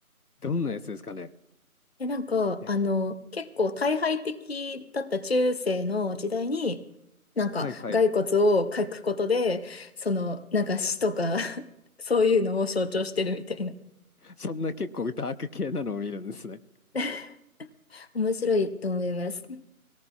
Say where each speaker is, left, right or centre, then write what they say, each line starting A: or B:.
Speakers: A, on the left; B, on the left.
A: どんなやつですかね。
B: で、なんか、
A: え
B: あの、結構退廃的だった中世の時代に、なんか、
A: はいはい。
B: 骸骨を描くことで、その、なんか死とか <laughs> そういうのを象徴してるみたいな。
A: そんな結構ダーク系なのを見るんですね。
B: <laughs> 面白いと思います。